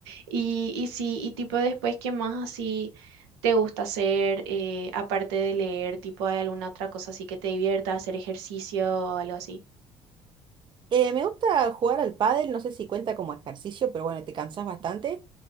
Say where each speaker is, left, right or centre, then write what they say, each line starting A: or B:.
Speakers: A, on the right; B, on the right.
A: Y, y sí, y tipo después, ¿qué más así te gusta hacer, eh, aparte de leer? Tipo, ¿hay alguna otra cosa así que te divierta, hacer ejercicio o algo así?
B: Eh, me gusta jugar al pádel, no sé si cuenta como ejercicio, pero bueno, te cansás bastante.